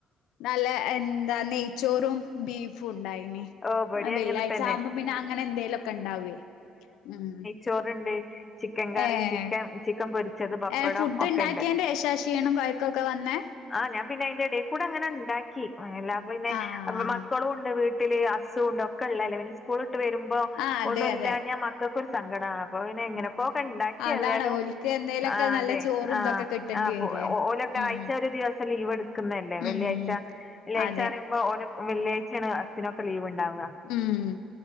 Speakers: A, on the left; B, on the left.
A: നല്ല എന്താ നെയ്ച്ചോറും ബീഫും ഒണ്ടായ്നി
B: ഓ ഇബടിം
A: ആഹ് വെള്ളിയാഴ്ച
B: അങ്ങനെ തന്നെ
A: ആവ്മ്പോ പിന്നെ അങ്ങനെ എന്തേലും ഓക്കെ ഓണ്ടാവേ ഉം
B: ചോറ് ഇണ്ടേ ചിക്കൻ കറി
A: ഏഹ്
B: ചിക്കൻ ചിക്കൻ പൊരിച്ചത് പപ്പടം
A: ഏഹ് ഫുഡ്
B: ഒക്കെയെണ്ട്
A: ഇണ്ടാക്കിയേന്റെ ശേഷാ ക്ഷീണം കൊഴക്കൊക്കെ വന്നേ?
B: ആഹ് ഞാൻ പിന്നെ അയിന്റെ എടേക്കൂടെ അങ്ങനെ ഇണ്ടാക്കി എല്ലാ പിന്നെ
A: ആഹ്
B: മക്കളും ഒണ്ട് വീട്ട് പിന്നെ ഈ അസുണ്ട് ഒക്കെള്ളേല്ലെ പിന്നെ സ്കൂളിട്ട് വെര്മ്പം
A: ആഹ് അതെ
B: ഒന്നുയില്ലാഞ്ഞാ
A: അതെ
B: മക്കക്കൊരു സങ്കടാണ് അപ്പൊ പിന്നെ എങ്ങനെക്കോ ഒക്കെ ഇണ്ടാക്കി
A: അതാണ്
B: ഏതായാലും
A: ഓൽക്ക് എന്തേലൊക്കെ
B: ആഹ്
A: നല്ല
B: അതെ
A: ചോറും
B: ആഹ്
A: ഇതൊക്കെ കിട്ടേണ്ടി
B: ആഹ് പോം
A: വരുവേ
B: ഓല്
A: ഉം
B: ആഴ്ച ഒര് ദിവസം ലീവ് എട്ക്ക്ന്നല്ലേ
A: ഉം
B: വെള്ളിയാഴ്ച്ച
A: ഉം
B: വെള്ളിയാഴ്ച്ച
A: അതെ
B: പറയുമ്പോ ഓല് വെള്ളിയാഴ്ചയാണ് അച്ഛനൊക്കെ ലീവ് ഇണ്ടാവാ
A: ഉം